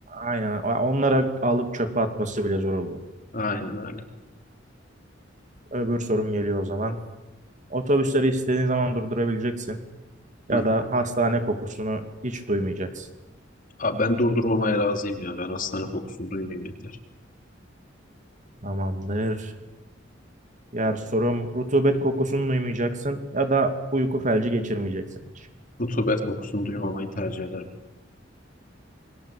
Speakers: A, on the right (about 40°); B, on the left (about 45°).
A: Aynen. Onlara alıp çöpe atması bile zor oluyor.
B: Aynen öyle.
A: Öbür sorum geliyor o zaman. Otobüsleri istediğin zaman durdurabileceksin ya
B: Hı.
A: da hastane kokusunu hiç duymayacaksın.
B: Abi ben durdurmamaya razıyım ya. Ben hastane kokusunu duymayayım yeter.
A: Tamamdır. Diğer sorum rutubet kokusunu duymayacaksın ya da uyku felci geçirmeyeceksin hiç.
B: Rutubet kokusunu duymamayı tercih ederim.